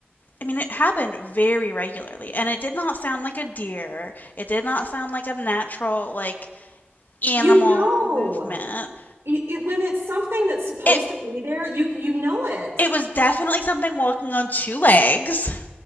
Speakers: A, on the left; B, on the right.
A: I mean, it happened very regularly, and it did not sound like a deer. It did not sound like a natural, like animal
B: You know,
A: movement.
B: it, it, when it's something that's supposed
A: It
B: to be there, you you know it.
A: it was definitely something walking on two legs.